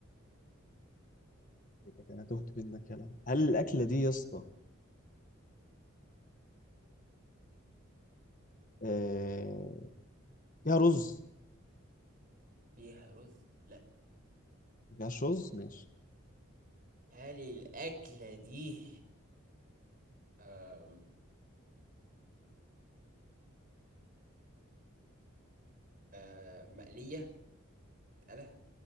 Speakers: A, on the left; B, on the right.
A: إيه ده، أنا تهت منك يلا هل الأكلة دي يا اسطى آه، فيها رز
B: فيها رز لا
A: ما فيهاش رز ماشي
B: هل الأكلة دي أم، آه مقلية لا